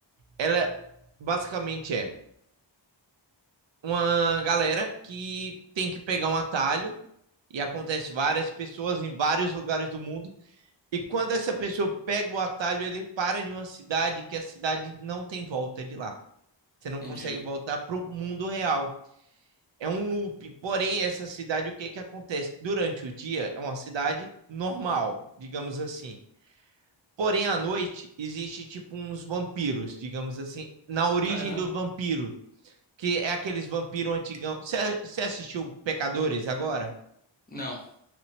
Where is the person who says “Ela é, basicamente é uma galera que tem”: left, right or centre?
Right